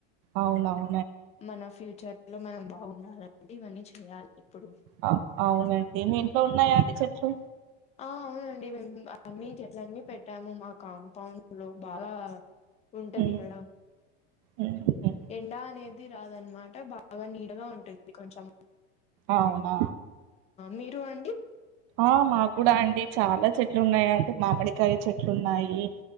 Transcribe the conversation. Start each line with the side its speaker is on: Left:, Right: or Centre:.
Right: అవునవ్
Left: మన ఫ్యూచర్ లో మనం బాగుండాలండి ఇవన్నీ చేయాలి ఇప్పుడు
Right: ఆ అవునండి మీ ఇంట్లో ఉన్నాయా అండి చెట్లు
Left: ఆ అవునండి మేము అన్ని చెట్ల అన్ని పెట్టాము మా కాంపౌండ్ లో బాగ ఉంటది
Right: ఉమ్
Left: ఇక్కడ
Right: ఉమ్ ఉమ్
Left: ఎండా అనేది రాదన్నమాట బాగా నీడగా ఉంటుంది కొంచం
Right: అవునా
Left: మీరు అండి
Right: ఆ మాకు కూడా అండి చాలా చెట్లు ఉన్నాయండి మామిడికాయ చెట్లు ఉన్నాయి